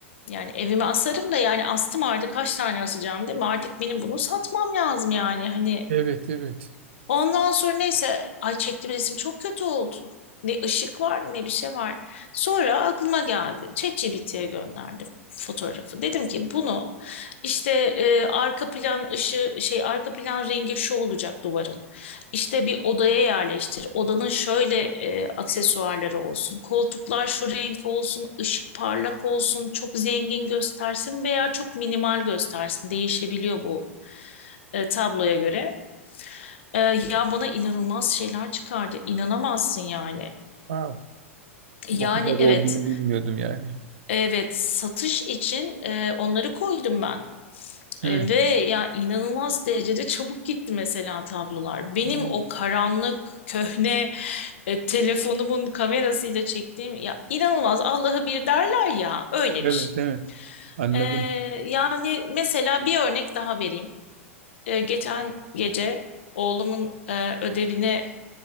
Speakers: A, on the left; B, on the right.
A: Yani evime asarım da yani astım artık kaç tane asacağım değil mi? Artık benim bunu satmam lazım yani. Hani
B: evet evet.
A: Ondan sonra neyse ay çektiğim resim çok kötü oldu. Ne ışık var ne bir şey var. Sonra aklıma geldi. ChatGPT'ye gönderdim fotoğrafı. Dedim ki bunu işte e, arka plan ışığı şey arka plan rengi şu olacak duvarın. İşte bir odaya yerleştir. Odanın şöyle e, aksesuarları olsun. Koltuklar şu renk olsun, ışık parlak olsun, çok zengin göstersin veya çok minimal göstersin. Değişebiliyor bu e, tabloya göre. Ee, ya bana inanılmaz şeyler çıkardı. İnanamazsın yani.
B: Wow.
A: Yani
B: Bu kadar
A: evet,
B: olduğunu bilmiyordum yani.
A: evet satış için e, onları koydum ben. E,
B: Hı.
A: ve ya inanılmaz derecede çabuk gitti mesela tablolar. Benim
B: Hı.
A: o karanlık, köhne e, telefonumun kamerasıyla çektiğim ya inanılmaz Allah'ı bir derler ya öyle
B: Evet
A: bir şey.
B: evet. Anladım.
A: Ee, yani mesela bir örnek daha vereyim. Ee, geçen gece oğlumun e, ödevini